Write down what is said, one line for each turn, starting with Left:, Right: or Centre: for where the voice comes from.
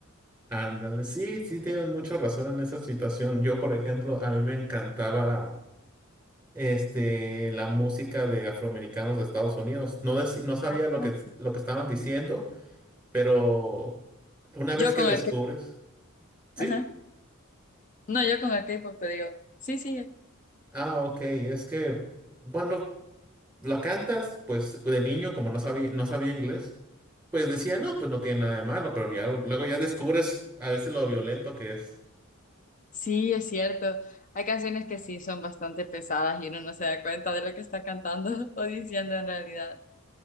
Centre: Ándale, sí, sí tienes mucha razón en esa situación. Yo, por ejemplo, a mí me encantaba. este, la música de afroamericanos de Estados Unidos. No, dec- no sabía
Left: Ah,
Centre: lo
Left: no.
Centre: que, lo que estaban diciendo, pero una
Left: Yo
Centre: vez que
Left: con
Centre: descubres,
Left: el K-
Centre: sí,
Left: ajá. No, yo con el K-pop te digo, sí, sí,
Centre: ah, ok, es que cuando la cantas, pues de niño, como no sabía, no sabía inglés, pues decía, no, pues no tiene nada de malo, pero ya lo- luego ya descubres a veces lo violento que es.
Left: sí, es cierto. Hay canciones que sí son bastante pesadas y uno no se da cuenta de lo que está cantando <laughs> o diciendo en realidad.